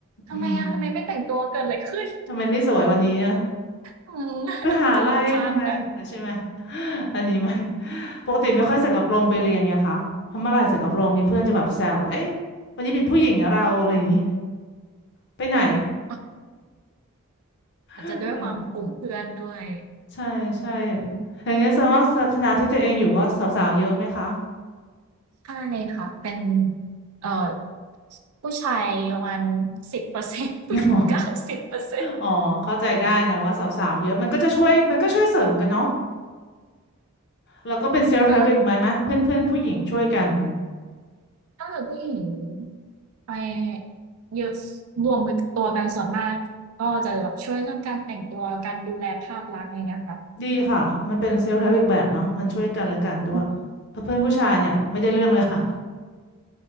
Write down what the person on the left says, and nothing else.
อืมทำไมไม่สวยวันนี้อะ
ไปหาอะไรทำไม
ใช่ไหม <laughs> อันนี้ไม่ <laughs> ปกติไม่ค่อยใส่กระโปรงไปเรียนไงคะทำอะไรใส่กระโปรงเนี่ยเพื่อนจะแบบแซวเอ้ยวันนี้เป็นผู้หญิงนะเราอะไรอย่างงี้ไปไหน
<laughs> ใช่ใช่อย่างเงี้ยแสดงว่าคณะที่ตัวเองอยู่ก็สาวๆเยอะไหมคะ
<laughs> อ๋ออ๋อเข้าใจได้นะว่าสาวๆเยอะมันก็จะช่วยมันก็ช่วยเสริมกันเนาะแล้วก็เป็นเซลฟ์เฮล์อีกไหมไหมเพื่อนๆผู้หญิงช่วยกัน
ดีค่ะมันเป็นเซลฟ์เฮล์อีกแบบเนาะมันช่วยกันและกันด้วยเพราะเพื่อนผู้ชายเนี่ยไม่ได้เรื่องเลยค่ะ